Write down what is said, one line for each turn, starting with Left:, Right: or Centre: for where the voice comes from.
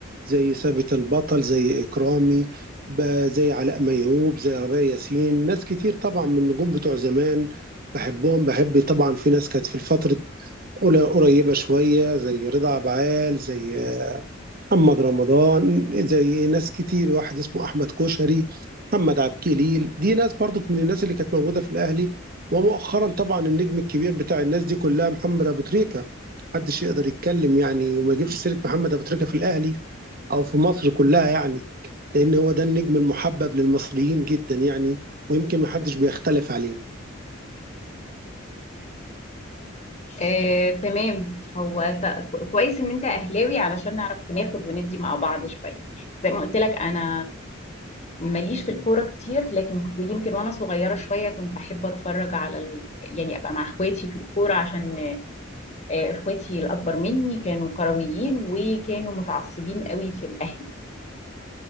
Right: زي ثابت البطل زي اكرامي ب- زي علاء ميهوب زي ربيع ياسين ناس كتير طبعا من النجوم بتوع زمان بحبهم بحب طبعا في ناس كانت في الفترة قل- قريبة شوية زي رضا عبعال زي محمد رمضان زي ناس كتير واحد اسمه احمد كوشري محمد عبد الجليل دي ناس برضو من الناس اللي كانت موجوده في الاهلي ومؤخرا طبعا النجم الكبير بتاع الناس دي كلها محمد ابو تريكه محدش يقدر يتكلم يعني وما يجيبش سيره محمد ابو تريكه في الاهلي او في مصر كلها يعني لان هو ده النجم المحبب للمصريين جدا يعني ويمكن محدش بيختلف عليه
Left: آه، تمام هو ت- كويس ان انت اهلاوي علشان نعرف ناخد وندي مع بعض شويه زي ما قلت لك انا ماليش في الكوره كتير لكن يمكن وانا صغيره شويه كنت بحب اتفرج على ال... يعني ابقى مع اخواتي في الكوره عشان آه، اخواتي الاكبر مني كانوا كرويين وكانوا متعصبين قوي في الاهلي